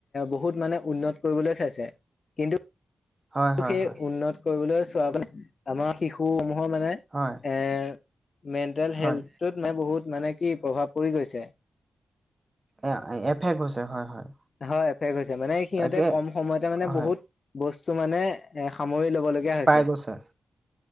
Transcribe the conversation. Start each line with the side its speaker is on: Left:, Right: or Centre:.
Left: বহুত মানে উন্নত কৰিবলৈ চাইছে, কিন্তু
Right: হয় হয়
Left: সেই
Right: হয়
Left: উন্নত কৰিবলৈ <unintelligible> আমাৰ শিশুসমূহ <unintelligible> মানে এ
Right: হয়
Left: মেণ্টেল হেল্থটোত
Right: হয়
Left: মানে বহুত মানে কি প্ৰভাৱ পৰি গৈছে
Right: এ এফেক হৈছে হয় হয়
Left: হয় এফেক হৈছে মানে সিহঁতে
Right: তাকে
Left: কম সময়তে মানে
Right: হয়
Left: বহুত বস্ত মানে সামৰি লব কব লগিয়া হৈছে
Right: পাই গৈছে